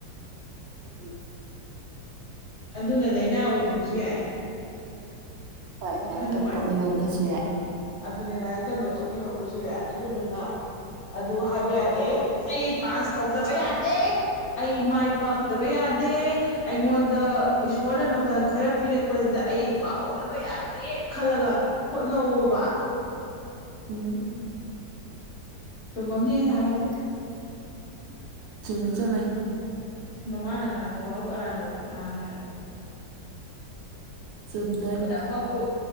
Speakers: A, on the right; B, on the left.
A: <unintelligible>
B: ꯑꯗꯨꯅ ꯂꯩꯅꯥ ꯑꯣꯏꯈꯤꯕꯁꯨ ꯌꯥꯏ
A: ꯍꯣꯏ
B: ꯋꯥꯈꯜ
A: ꯂꯥꯏꯔꯤꯛ
B: ꯅꯨꯡꯉꯥꯏꯇꯕꯗꯨꯅ
A: ꯇꯝ ꯇꯣꯛꯅꯤꯡꯉꯛꯄꯁꯨ ꯌꯥꯏ
B: ꯑꯗꯨꯅꯦ ꯂꯥꯏꯔꯤꯛ ꯇꯝꯕ ꯇꯣꯛꯅꯤꯡꯉꯛꯄꯁꯨ ꯌꯥꯏ ꯑꯗꯨꯗꯨꯅ ꯑꯗꯨ ꯍꯥꯏꯕ ꯌꯥꯗꯦ ꯑꯩ ꯄꯥꯁ ꯇꯧꯗꯕ ꯌꯥꯗꯦ ꯑꯩ ꯃꯥꯏ ꯄꯥꯛꯇꯕ ꯌꯥꯗꯦ ꯑꯩꯉꯣꯟꯗ ꯏꯁꯣꯔꯅ ꯃꯇꯝ ꯈꯔ ꯄꯤꯔꯛꯄꯁꯤꯗ ꯑꯩ ꯄꯥꯍꯧꯗꯕ ꯌꯥ ꯗꯦ ꯈꯜꯂꯒ ꯍꯣꯠꯅꯧꯋꯣꯕ
A: ꯎꯝ
B: ꯆꯨꯝꯃꯝꯅꯤ ꯑꯩ ꯍꯥꯏꯔꯗꯤ
A: <inaudible> ꯆꯨꯝꯃꯦ ꯆꯨꯝꯃꯦ
B: ꯃꯃꯥꯅ ꯉꯥꯡꯕ ꯋꯥꯕꯨ ꯑꯔꯥꯟꯕ ꯋꯥ ꯉꯥꯡꯉꯦ ꯍꯥꯏꯕ꯭ꯔꯣ
A: ꯆꯨꯝꯗꯣꯏꯅꯦ
B: ꯄꯨꯝꯅꯃꯛꯄꯨ